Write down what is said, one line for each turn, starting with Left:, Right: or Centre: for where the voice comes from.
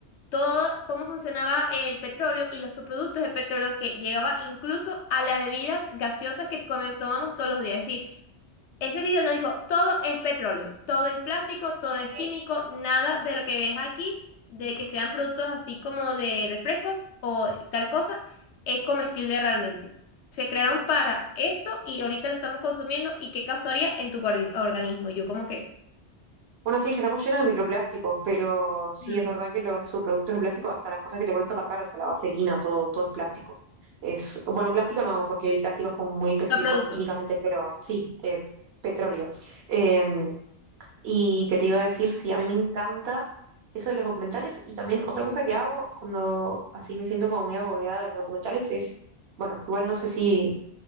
Left: todo cómo funcionaba el petróleo y los subproductos del petróleo que llegaba incluso a las bebidas gaseosas que come- tomamos todos los días. Es ese video nos dijo, todo es petróleo, todo es plástico, todo
Right: Eh,
Left: es químico, nada de lo que ves aquí, de que sean productos así como de refrescos o tal cosa, es comestible realmente. Se crearon para esto y ahorita lo estamos consumiendo y qué causaría en tu gordi- organismo. Y Yo como que,
Right: Bueno, sí, es que estamos llenos de microplásticos, pero sí
Left: mm,
Right: es verdad que los subproductos de plástico, hasta las cosas que te pones en la cara, o sea, la vaselina, todo, todo es plástico. Es, bueno, plástico no, porque el plástico es como muy específico
Left: no producto.
Right: químicamente, pero sí, eh, petróleo. Eh, y que te iba a decir, sí, a mí me encanta eso de los documentales y también otra cosa que hago cuando así me siento como muy agobiada de los documentales es, bueno, igual no sé si,